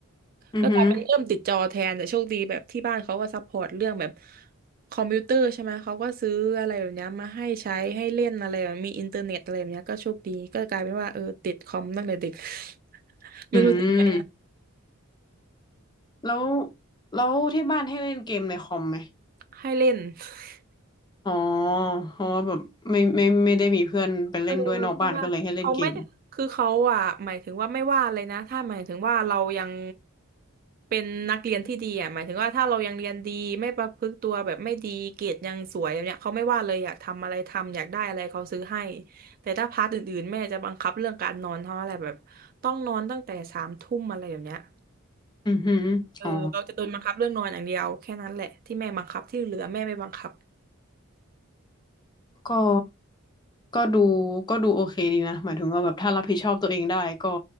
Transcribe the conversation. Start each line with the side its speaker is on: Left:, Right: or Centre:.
Left: อือหือ
Right: ก็กลายเป็นเริ่มติดจอแทนแต่โชคดีแบบที่บ้านเขาก็ซัพพอร์ตเรื่องแบบคอมพิวเตอร์ใช่ไหมเขาก็ซื้ออะไรแบบเนี้ยมาให้ใช้ให้เล่นอะไรแบบมีอินเทอร์เน็ตอะไรแบบเนี้ยก็โชคดีก็กลายเป็นว่าเออติดคอมตั้งแต่เด็ก <laughs> ไม่รู้ติดไหม
Left: อืม แล้วแล้วที่บ้านให้เล่นเกมในคอมไหม
Right: ให้เล่น <laughs>
Left: อ๋อเพราะว่าแบบไม่ไม่ไม่ได้มีเพื่อนไปเล่นด้วยนอกบ้านก็เลยให้เล่นเกม
Right: เออพี่ว่าเขาไม่ได้คือเขาอ่ะหมายถึงว่าไม่ว่าเลยนะถ้าหมายถึงว่าเรายังเป็นนักเรียนที่ดีอ่ะหมายถึงว่าถ้าเรายังเรียนดีไม่ประพฤติตัวแบบไม่ดีเกรดยังสวยแบบเนี้ยเขาไม่ว่าเลยอยากทำอะไรทำอยากได้อะไรเขาซื้อให้แต่ถ้าพาร์ทอื่นๆแม่จะบังคับเรื่องการนอนเท่าอะไรแบบต้องนอนตั้งแต่สามทุ่มอะไรแบบเนี้ย
Left: อือหืออ๋อ
Right: เออเราจะโดนบังคับเรื่องนอนอย่างเดียวแค่นั้นแหละที่แม่บังคับที่เหลือแม่ไม่บังคับ
Left: ก็ก็ดูก็ดูโอเคดีนะหมายถึงว่าแบบถ้ารับผิดชอบตัวเองได้ก็